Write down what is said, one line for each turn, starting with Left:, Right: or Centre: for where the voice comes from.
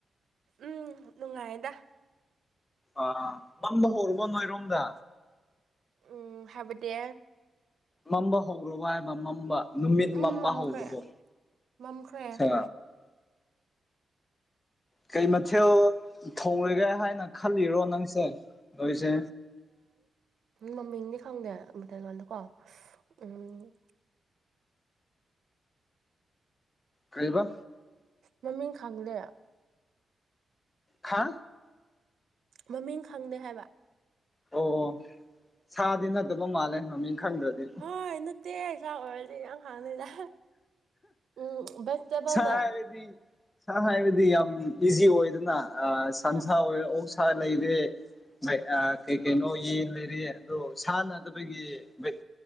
Right: ꯎꯝ ꯅꯨꯡꯉꯥꯏꯗ
Left: ꯑꯥ ꯑ ꯃꯝꯗ ꯍꯧꯔꯨꯕ ꯃꫭꯏꯔꯣꯡꯗ
Right: ꯎꯝ ꯍꯥꯏꯕꯗꯤ
Left: ꯃꯝꯕ ꯍꯧ ꯍꯧꯔꯕ ꯍꯥꯏꯕ ꯃꯝꯕ ꯅꯨꯃꯤꯠ
Right: ꯎꯝ
Left: ꯃꯝꯕ
Right: ꯃꯝꯈ꯭ꯔꯦ
Left: ꯍꯧꯔꯕꯣ
Right: ꯃꯝꯈ꯭ꯔꯦ
Left: ꯑꯠꯁꯥ ꯀꯩ ꯃꯊꯦꯜ ꯊꯣꯡꯂꯒꯦ ꯍꯥꯏꯅ ꯈꯜꯂꯤꯔꯣ ꯅꯪꯁꯦ ꯍꯧꯖꯤꯛꯁꯦ
Right: ꯃꯃꯤꯡꯗꯤ ꯈꯪꯗꯦ ꯑꯃꯩꯇꯩ ꯂꫭꯟꯗꯀꯣ ꯑꯁ ꯎꯝ
Left: ꯀꯩꯕ
Right: ꯃꯃꯤꯡ ꯈꯪꯗꯦ
Left: ꯈꯥ
Right: ꯃꯃꯤꯡ ꯈꯪꯗꯦ ꯍꯥꯏꯕ
Left: ꯑꯣ ꯑꯣ ꯁꯥꯗꯤ ꯅꯠꯇꯕ ꯃꯥꯜꯂꯦ ꯃꯃꯤꯡ ꯈꯪꯗ꯭ꯔꯗꯤ
Right: ꯍꫭꯏ ꯅꯠꯇꯦ ꯄꯁꯥ ꯑꯣꯏꯔꯗꯤ ꯏꯍꯥꯡ ꯍꯥꯡꯅꯤꯗ ꯎꯝ ꯕ꯭ꯁꯇꯗꯅꯦ
Left: ꯁꯥ ꯍꯥꯏꯔꯗꯤ ꯁꯥ ꯍꯥꯏꯕꯗꯤ ꯌꯥꯝ ꯏꯖꯤ ꯑꯣꯏꯗꯅ ꯑꯩ ꯁꯟꯁꯥ
Right: ꯍꯣꯏ
Left: ꯑꯣꯏꯔꫭ ꯑꯣꯛꯁꯥ ꯂꯩꯔꯦ ꯃꯩ ꯑ ꯀꯩꯀꯩꯅꫭ ꯌꯦꯡꯗ꯭ꯔꯗꯤ ꯑꯗꯣ ꯁꯥꯟꯅꯗꯕꯒꯤ ꯕꯤꯠ